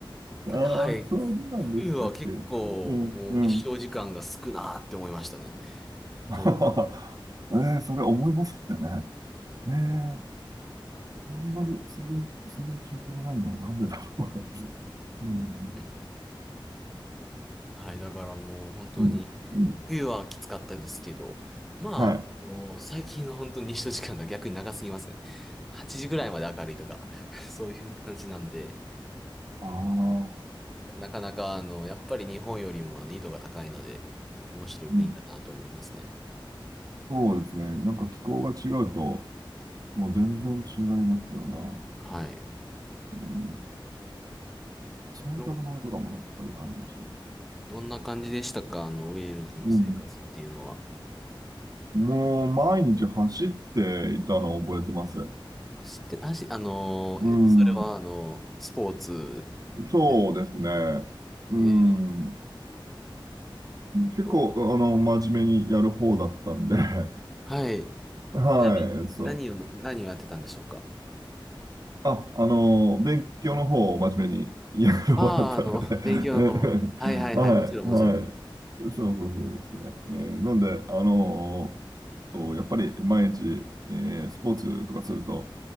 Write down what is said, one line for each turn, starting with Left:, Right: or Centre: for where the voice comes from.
Right: <laughs>
Centre: たはい。
Right: ああ、そんなんでしたっけうん、
Centre: 冬は結構もう日照時間が少なって思いましたね。
Right: うん。<laughs>
Centre: どう、
Right: ええ、それ思いますよね。ええ、あんまり、そういう、そういう記憶がないのはなんでだろうね。<laughs> うん、
Centre: <laughs> はい。だからもう本当に、
Right: うん、うん。
Centre: 冬はきつかったですけど、まあ、
Right: はい。
Centre: もう最近は本当に日照時間が逆に長すぎますからね。8時ぐらいまで明るいとか、<laughs> そういう感じなんで、
Right: ああ、
Centre: なかなかあの、やっぱり日本よりもあの、緯度が高いので、面白い国だなと思いますね。
Right: うん、そうですね。なんか気候が違うと、もう全然違いますよね。
Centre: はい。
Right: うん、洗濯物とかもやっぱりあるし。
Centre: ど、どんな感じでしたかあの、ウェールズの生活っていうのは。
Right: うん。もう毎日走っていたのを覚えてます。
Centre: 走って、走、あのー、
Right: うん。
Centre: えっと、それは、あのー、スポーツ
Right: そうですね。
Centre: ですか。うん。<laughs>
Right: うん。
Centre: えーっと、
Right: 結構、あの、真面目にやる方だったんで、<laughs>
Centre: はい。ちなみに、
Right: はい、そう。
Centre: 何を、何をやってたんでしょうか。
Right: あ、あの、勉強の方を真面目にやる方だったので、
Centre: ああー、あの、<laughs> 勉強の方。
Right: <laughs> え
Centre: はいはいはい、
Right: はい、
Centre: もちろんもちろん。
Right: はい。そうそうそうですね。えーなんで、あの、やっぱり毎日、えースポーツとかすると、